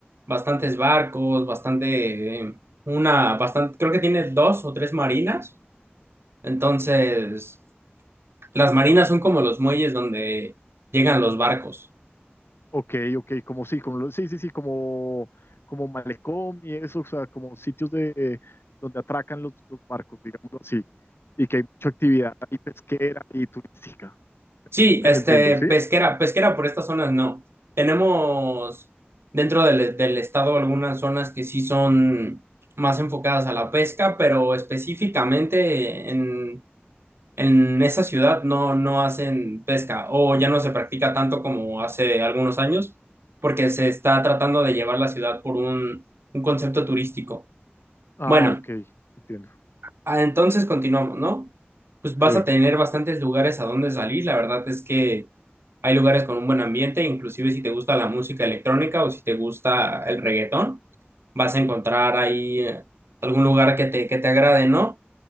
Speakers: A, on the right (about 75°); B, on the left (about 70°).
A: bastantes barcos, bastante, eh, una, bastante, creo que tiene dos o tres marinas. Entonces, las marinas son como los muelles donde llegan los barcos.
B: Ok, ok, como sí, como lo- sí, sí, sí, como, como malecón y eso, o sea, como sitios de donde atracan los, los barcos, digámoslo así, y que hay mucha actividad y pesquera y turística,
A: Sí,
B: que
A: este,
B: te entiendo, ¿sí?
A: pesquera, pesquera por estas zonas no. Tenemos dentro del, del estado algunas zonas que sí son más enfocadas a la pesca, pero específicamente en, en esa ciudad no, no hacen pesca o ya no se practica tanto como hace algunos años, porque se está tratando de llevar la ciudad por un, un concepto turístico.
B: Ah,
A: Bueno,
B: ok, te entiendo.
A: ah, entonces continuamos, ¿no? Pues vas
B: Sí.
A: a tener bastantes lugares a donde salir, la verdad es que hay lugares con un buen ambiente, inclusive si te gusta la música electrónica o si te gusta el reggaetón, vas a encontrar ahí eh, algún lugar que te, que te agrade, ¿no?